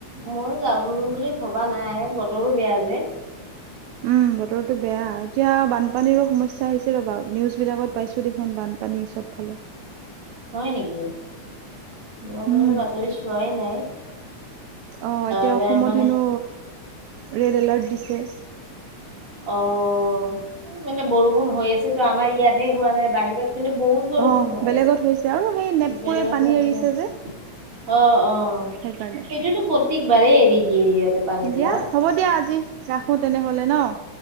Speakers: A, on the right (about 25°); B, on the right (about 80°).
A: মই যাব উম, বুলি ভবা নাই বতৰো বেয়া যে।
B: উম, বতৰটো বেয়া এতিয়া বানপানীৰো সমস্যা আহিছে ৰ'বা নিউজ বিলাকত পাইছো দেখোন বানপানী চব ফালে।
A: হয় নেকি, মই
B: উম,
A: বাৰু বাতৰি চোৱাই নাই।
B: অ', এতিয়া
A: এবাৰ
B: অসমত
A: মানে
B: হেনো ৰেড এলাৰ্ট দিছে।
A: অ', মানে বৰষুণ হৈ আছেতো আমাৰ ইয়াতহে হোৱা নাই বাহিৰত কিন্তু বহুত বৰষুণ
B: অ',
A: হৈ
B: বেলেগত
A: আছে,
B: হৈছে আৰু সেই নেপকুৱে
A: বেলেগত
B: পানী
A: হৈ আছে
B: এৰিছে
A: অ',
B: যে
A: অ',
B: সেইকাৰণে,
A: সেইটোতো প্ৰত্যেকবাৰেই এৰি দিয়ে সিহঁতে পানীবিলাক।
B: দিয়া হব দিয়া আজি ৰাখো তেনেহলে ন। <inaudible>